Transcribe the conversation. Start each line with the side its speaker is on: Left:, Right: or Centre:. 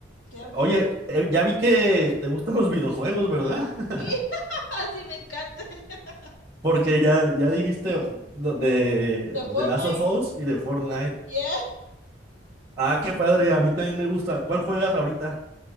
Left: Qué bueno.
Right: Oye, eh, ya vi que te gustan los videojuegos, ¿verdad? <laughs>
Left: Sí, <laughs> así me encantan. <laughs>
Right: Porque ya, ya dijiste lo de,
Left: De
Right: de
Left: Fortnite.
Right: Last of Us y de Fortnite.
Left: Yeah.
Right: Ah, qué padre, a mí también me gusta. ¿Cuál juegas ahorita?